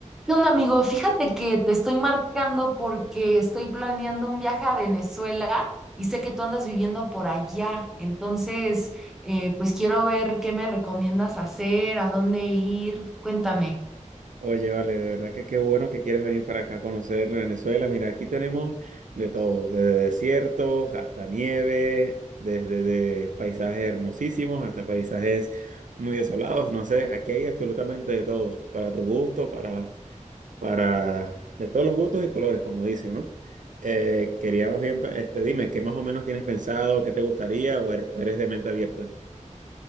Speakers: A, in the centre; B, on the right (about 75°).
A: ¿Qué onda, amigo? Fíjate que te estoy marcando porque estoy planeando un viaje a Venezuela y sé que tú andas viviendo por allá. Entonces, eh, pues quiero ver qué me recomiendas hacer, a dónde ir. Cuéntame.
B: Oye, vale, de verdad que qué bueno que quieres venir para acá a conocer Venezuela. Mira, aquí tenemos de todo, desde desiertos hasta nieve, desde de paisajes hermosísimos hasta paisajes muy desolados, no sé, aquí hay absolutamente de todo, para tu gusto, para, para, de todos los gustos y colores, como dicen, ¿no? Eh, quería más bien, este, dime, ¿qué más o menos tienes pensado, qué te gustaría o eres, o eres de mente abierta?